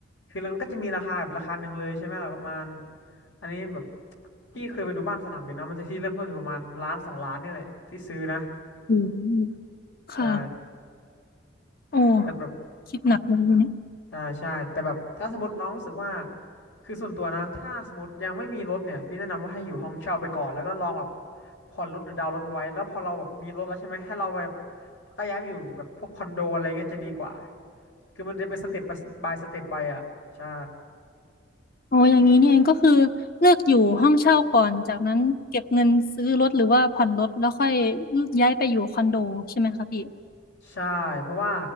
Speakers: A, on the left; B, on the left.
A: คือแล้วมันก็จะมีราคาแบบราคาหนึ่งเลยใช่ไหมล่ะประมาณอันนี้แบบพี่เคยไปดูบ้านสนามบินนะมันจะที่เริ่มต้นอยู่ประมาณล้านสองล้านเนี่ยแหละที่ซื้อนะ
B: อืมค่ะ
A: ใช่
B: โอ้
A: แต่แบบ
B: คิดหนักเลยทีเนี่ย
A: ใช่ใช่แต่แบบถ้าสมมติน้องรู้สึกว่าคือส่วนตัวนะถ้าสมมติยังไม่มีรถเนี่ยพี่แนะนำว่าให้อยู่ห้องเช่าไปก่อนแล้วก็ลองแบบผ่อนรถหรือดาวน์รถมาไว้แล้วพอเราแบบมีรถแล้วใช่ไหมให้เราแบบก็ย้ายไปอยู่แบบพวกคอนโดอะไรเงี้ยจะดีกว่า คือมันจะเป็นสเต็ปไปบายสเต็ปไปอ่ะใช่
B: อ๋ออย่างนี้นี่เองก็คือเลือกอยู่ห้องเช่าก่อนจากนั้นเก็บเงินซื้อรถหรือว่าผ่อนรถแล้วค่อยย้ายไปอยู่คอนโดใช่ไหมคะพี่
A: ใช่เพราะว่า